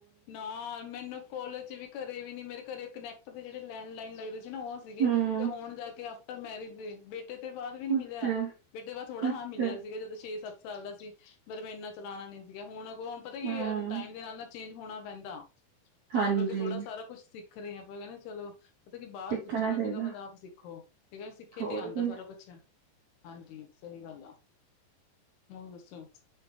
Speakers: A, on the left; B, on the right.
A: ਨਾ ਮੈਨੂੰ ਕੋਲੇਜ ਵੀ ਘਰੇ ਵੀ ਨੀ ਮੇਰੇ ਘਰੇ ਕਨੈਕਟ ਦੇ ਜਿਹੜੇ ਲੈਂਡ ਲਈਨ ਲੱਗਦੇ ਨਾ ਉਹ ਸੀਗੇ,
B: ਹੂੰ
A: ਤੇ ਹੁਣ ਜਾ ਕੇ ਆਫਟਰ ਮੈਰਿਜ ਬੇਟੇ ਬੇਟੇ ਤੋਂ ਬਾਅਦ ਵੀ ਨੀ
B: ਅੱਛਾ
A: ਮਿਲਿਆ ਬੇਟੇ ਬਾਅਦ ਥੋੜਾ
B: ਅੱਛਾ
A: ਹਾਂ ਮਿਲਿਆ ਸੀਗਾ ਜਦੋਂ ਛੇ-ਸੱਤ ਸਾਲ ਦਾ ਸੀ ਪਰ ਮਹਿਨਾ ਚਲਾਣਾ ਨੀ ਸੀਗਾ ਹੁਣ-ਹੁਣ ਪਤਾ
B: ਹੂੰ
A: ਕੀ ਟਾਈਮ ਦੇ ਨਾਲ ਨਾ ਚੇਂਜ ਹੋਣਾ ਪੈਂਦਾ। ਤਾਂ
B: ਹਾਂਜੀ
A: ਕਰਕੇ ਥੋੜ੍ਹਾ ਸਾਰਾ ਕੁਛ ਸਿੱਖ ਰਹੇ ਆਪਾਂ ਕਹਿੰਦੇ ਚਲੋ ਪਤਾ ਕਿ ਬਾਹਰ
B: ਸਿੱਖਣਾ
A: ਪੁੱਛਣ ਨਾਲ
B: ਚਾਹੀਦਾ
A: ਚੰਗਾ ਼, ਬੰਦਾ ਆਪ ਸਿੱਖੋ ਠੀਕ ਹੈ ਸਿੱਖੇ
B: ਹੋਰ
A: ਤੇ ਆਉਂਦਾ
B: ਕੀ
A: ਸਾਰਾ ਕੁੱਛ। ਹਾਂਜੀ, ਸਹੀ ਗੱਲ ਆ। ਮੈਨੂ ਦੱਸੋ,